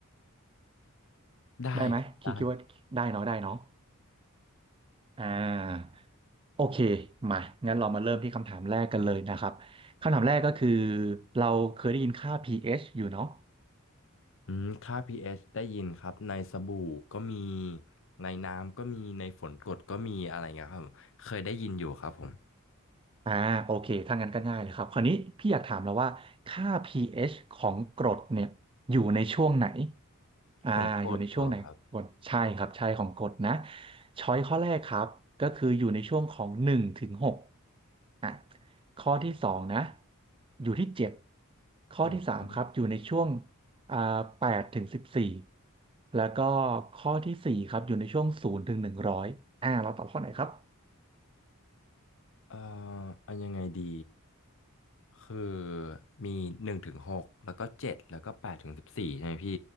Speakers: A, on the left (about 65°); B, on the right (about 25°).
A: ได้ครับได้
B: ได้ไหมคิดคิดว่าได้เนาะได้เนาะอ่าโอเคมางั้นเรามาเริ่มที่คำถามแรกกันเลยนะครับคำถามแรกก็คือเราเคยได้ยินค่า pH อชอยู่เนาะ
A: อืมค่า p ชได้ยินครับในสบู่ก็มีในน้ำก็มีในฝนกรดก็มีอะไรเงี้ยครับเคยได้ยินอยู่ครับผม
B: อ่าโอเคถ้างั้นก็ง่ายเลยครับคราวนี้พี่อยากถามแล้วว่าค่า pH ของกรดเนี่ยอยู่ในช่วงไหนอ่าอยู่ในช่วงไหนกรดใช่ครับใช่ของกรดนะ
A: ของกรดเหรอครับ
B: ช้อยข้อแรกครับก็คืออยู่ในช่วงของหนึ่งถึงหกอ่ะข้อที่สองนะอยู่ที่เจ็ดข้อที่สามครับอยู่ในช่วง
A: อืม
B: อ่าแปดถึงสิบสี่แล้วก็ข้อที่สี่ครับอยู่ในช่วงศูนย์ถึงหนึ่งร้อยอ่าเราตอบข้อไหนครับ
A: เอ่ออันยังไงดีคือมีหนึ่งถึงหกแล้วก็เจ็ดแล้วก็แปดถึงสิบสี่ใช่ไหมพี่